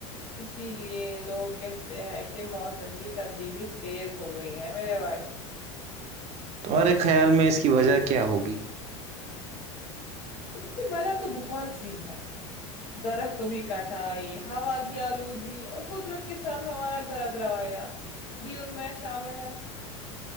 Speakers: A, on the left; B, on the right.
A: اسی لیے لوگ کہتے ہیں کہ موسم کی تبدیلی تیز ہو گئی ہے میرے بھائید
B: تمہارے خیال میں اس کی وجہ کیا ہوگی
A: اس کی وجہ تو بہت سی ہے درختوں کی کٹائی ہوا کی آلودگی اور قدرت کے ساتھ ہمارا گھردرویا بھی ان میں شامل ہے